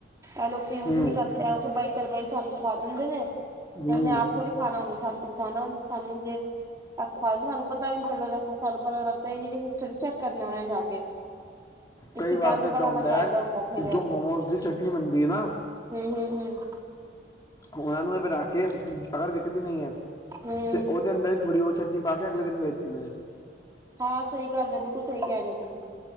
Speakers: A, on the right (about 20°); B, on the left (about 20°).
A: ਐ ਲੋਕ ਯੂਜ ਈ ਨਹੀਂ
B: ਹੂੰ
A: ਕਰਦੇ, ਐ ਓ ਕਿ ਬਈ-ਤਰਬਈ ਸਾਨੂੰ ਖਵਾ ਦਿੰਦੇ ਨੇ।
B: ਹੂੰ
A: ਕਹਿੰਦੇ ਆਪ ਥੋੜੀ ਖਾਣਾ ਹੁੰਦਾ, ਸਾੰਨ ਤੇ ਖਵਾਣਾ ਹੁੰਦੇ ਸਾੰਨੁ ਜੇ ਅੋ ਸਾਨੂੰ ਪਤਾ ਵੀ ਨੀ ਚੱਲਦਾ ਦੇਖੋ, ਸਾਨੂੰ ਪਤਾ ਲੱਗਦਾ ਈ ਨੀ ਪਿੱਛੇ ਵੀ ਚੈੱਕ ਕਰਨਾ ਵੇ ਜਾਕੇ। ਇਥੇ
B: ਕਈ ਵਾਰ
A: ਗੰਦ
B: ਤਾਂ ਏਦਾਂ
A: ਬੜਾ ਮਚਾਇਦਾ
B: ਹੈ
A: ਹੁੰਦਾ ਠੇਲਿਆਂ'ਚ,
B: ਜੋ ਮੋਮੋਸ ਦੀ ਚਟਨੀ ਬਣਦੀ ਹੈ ਨਾ
A: ਹੂੰ-ਹੂੰ-ਹੂੰ।
B: ਉਹਨਾਂ ਨੂੰ ਇਹ ਬਣਾਕੇ, ਅਗਰ ਵਿਕਦੀ ਨਹੀਂ ਏ,
A: ਹੂੰ
B: ਤੇ ਉਹਦੇ ਅੰਦਰ ਥੋੜੀ ਓ ਚਟਨੀ ਪਾਕੇ, ਅਗਲੇ ਦਿਨ ਵੇਚ ਦਿੰਦੇ ਨੇ।
A: ਹਾਂ ਸਹੀ ਗੱਲ ਏ, ਬਿਲਕੁਲ ਸਹੀ ਕਹਿ ਰਹੇ ਓ ਤੁਸੀ।